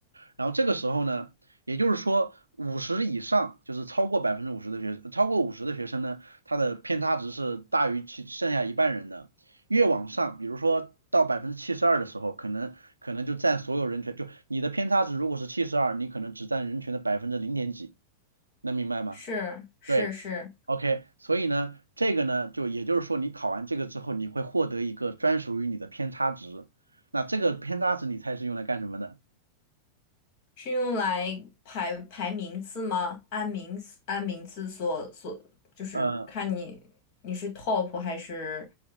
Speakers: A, on the right; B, on the left.
A: 然后这个时候呢，也就是说五十以上，就是超过百分之五十的学，超过五十的学生呢，它的偏差值是大于其剩下一半人的，越往上，比如说到百分之七十二的时候，可能可能就占所有人群，就你的偏差值如果是七十二，你可能只占人群的百分之零点几，能明白吗？
B: 是是是，
A: 对。OK，所以呢，这个呢，就也就是说，你考完这个之后，你会获得一个专属于你的偏差值。那这个偏差值，你猜是用来干什么的？
B: 是用来排排名次吗？按名次按名次所所，就是看你你是
A: 呃
B: top 还是